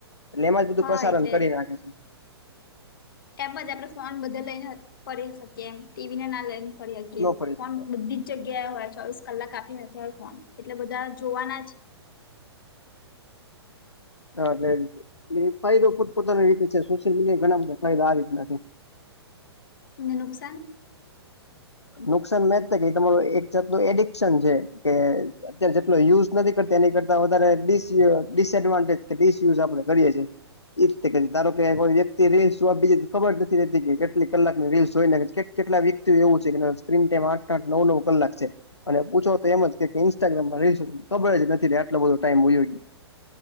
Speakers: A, on the left; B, on the left.
A: એટલે એમાં જ બધું
B: હા
A: પ્રસારણ
B: એટલે
A: કરી નાખે છે.
B: એમ જ આપણે ફોન બધે લઈને ફરી શકીએ એમ ટીવીને ના લઈને ફરી
A: ન
B: શકીએ,
A: ફરી
B: ફોન
A: શકે
B: બધી જગ્યાએ હોય ચોવીસ કલાક આપી હોય, ફોન એટલે બધા જોવાના જ
A: હા એટલેી એ ફાયદો પોતપોતાની રીતે છે સોશિયલ મીડિયા ઘણા બધા ફાયદા આ રીતના છે.
B: નુકસાન?
A: નુકસાન મે જતા કે તમારું એક જાતનું એડિકશન છે, કે અત્યારે જેટલો યુઝ નથી કરતો એની કરતા વધ ડિસએડવાન્ટેજ ડિસયુઝ આપડણે કરીએ છીએ. જ ધારો કે કોઈ વ્યક્તિ રીલ્સ જોવા બી ખબર નથી રહેતી કેટલી કલાક ની રીલ્સ જોઈ. કેટલા વ્યક્તિઓ એવું છે કે સ્ક્રીન ટાઈમ આઠ આઠ નવ નવ કલાક છે. અને પૂછો તો એમ જ કે ઇન્સ્ટાગ્રામમાં રીલ ખબર જ નથી આટલો બધો ટાઈમ હોયો.